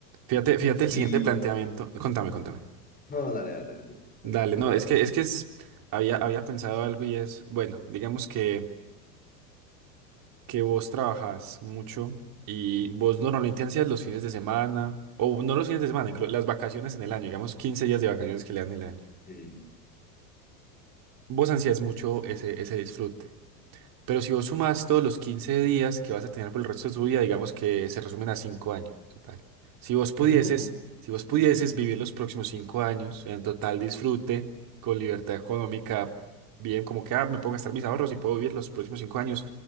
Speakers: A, on the right; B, on the left.
A: Fíjate, fíjate el
B: Y,
A: siguiente planteamiento. Contame, contame.
B: no, no, dale, dale, dale tú, cuenta,
A: Dale,
B: plantéame.
A: no, es que, es que es, había, había pensado algo y es, bueno, digamos que... que vos trabajás mucho y vos normalmente ansías los fines de semana, o no los fines de semana, inclu- las vacaciones en el año, digamos 15 días de vacaciones que le dan el año.
B: Sí,
A: Vos ansías mucho ese, ese disfrute. Pero si vos sumás todos los 15 días que vas a tener por el resto de tu vida, digamos que se resumen a 5 años total. Si vos pudieses,
B: es muy poco,
A: si vos
B: es
A: pudieses
B: muy poco.
A: vivir los próximos 5 años en total disfrute, con libertad económica, bien, como que ah, me puedo gastar mis ahorros y puedo vivir los próximos 5 años